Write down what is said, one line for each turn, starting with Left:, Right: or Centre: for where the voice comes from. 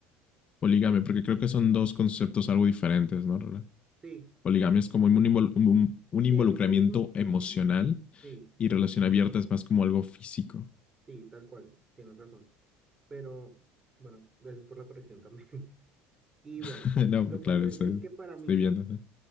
Left: poligamia, porque creo que son dos conceptos algo diferentes, ¿no? Roland?
Right: Sí,
Left: Poligamia es como un, invol- un- un
Right: sí,
Left: involucramiento
Right: en un mismo,
Left: emocional
Right: sí,
Left: Y relación abierta es más como algo físico.
Right: sí, tal cual, tienes razón. Pero bueno, gracias por la corrección también. <laughs> Y bueno,
Left: <laughs> no,
Right: lo
Left: claro,
Right: que te
Left: estoy,
Right: decía es que para
Left: estoy
Right: mí,
Left: viendo. ¿no?